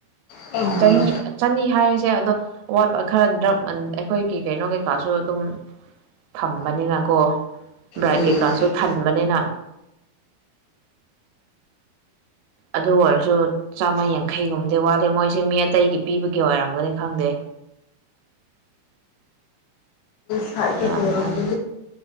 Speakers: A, on the left; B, on the right.
A: ꯎꯝ
B: ꯆꯅꯤ ꯆꯅꯤ ꯍꯥꯏꯔꯤꯁꯦ ꯑꯗꯣ ꯑꯋꯥꯠꯄ ꯈꯔ ꯗ꯭ꯔ ꯑꯩꯈꯣꯏꯒꯤ ꯀꯩꯅꯣ ꯀꯩꯀꯥꯁꯨ ꯑꯗꯨꯝ ꯊꯝꯕꯅꯤꯅ ꯀꯣ ꯭ꯔꯥꯏꯠ
A: ꯅꯣꯏ
B: ꯀꯩꯀꯥꯁꯨ ꯊꯟꯕꯅꯤꯅ ꯑꯗꯨ ꯑꯣꯏꯔꯁꯨ ꯆꯥꯝꯃ ꯌꯥꯡꯈꯩꯒꯨꯝꯕꯗꯤ ꯋꯥꯠꯂꯤꯦ ꯃꯣꯏꯁꯦ ꯃꯤ ꯑꯇꯩꯒꯤ ꯄꯤꯕꯒꯤ ꯑꯣꯏꯔꯝꯒꯅꯤ ꯈꯪꯗꯦ
A: ꯁꯥꯏꯇ
B: ꯌꯥꯝ
A: ꯇꯔꯝꯒ
B: ꯋꯥꯠꯂꯦ